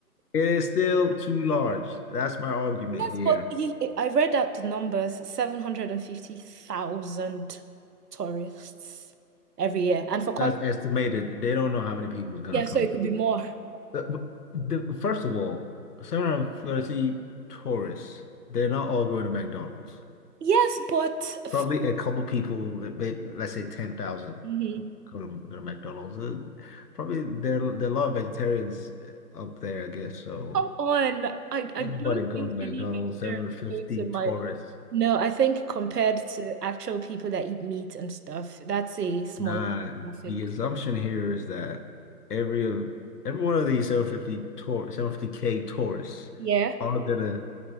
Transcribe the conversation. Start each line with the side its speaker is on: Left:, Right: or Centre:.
Left: is still too large. That's my argument
Right: Yes,
Left: here.
Right: but he, I read out the numbers, 750,000 tourists every year. And for context,
Left: That's estimated. They don't know how many people is going
Right: yeah,
Left: to
Right: so
Left: come
Right: it
Left: through.
Right: could be more.
Left: The, the, first of all, 730 tourists, they're not all going to McDonald's.
Right: Yes, but f
Left: Probably a couple people, maybe, let's say 10,000.
Right: Mhm.
Left: Go to, go to McDonald's. Uh, probably there there are a lot of vegetarians uh, up there, I guess. So
Right: Come on. I, I
Left: anybody
Right: don't
Left: going
Right: think
Left: to McDonald's,
Right: any vegetarians
Left: 750
Right: are going to my.
Left: tourists.
Right: No, I think compared to actual people that eat meat and stuff, that's a smaller
Left: Nah,
Right: demographic.
Left: the assumption here is that every of every one of these 750 tour 750K tourists
Right: Yeah.
Left: are gonna